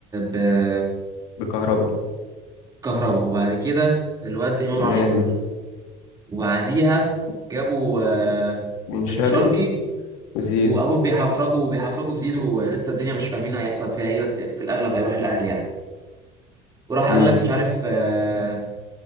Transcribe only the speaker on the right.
آه،
بكهربا وبعد كده الواد امام
عاشور وبعديها جابوا آه،
بن شرقي
واهم بيحفركوا بيحفركوا في زيزو لسه الدنيا مش فاهمين هيحصل فيها ايه بس يعني في الاغلب هيروح الاهلي يعني وراح
قال لك مش عارف آه،